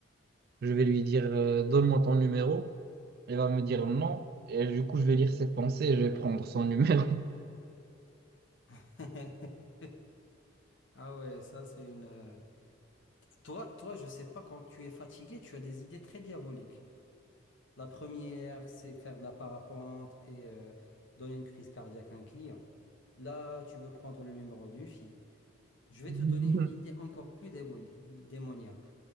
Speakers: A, on the right; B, on the left.
A: je vais lui dire, euh, donne-moi ton numéro. Elle va me dire
B: ok.
A: non. Et du coup, je vais lire ses pensées et je vais prendre son numéro.
B: <laughs> Ah ouais, ça c'est une... euh, Toi, toi, je sais pas, quand tu es fatigué, tu as des idées très diaboliques. La première, c'est faire de la parapente et euh, donner une crise cardiaque à un client. Là, tu veux prendre le numéro d'une fille. Je vais
A: <laughs>
B: te donner une idée encore plus démo- démoniaque.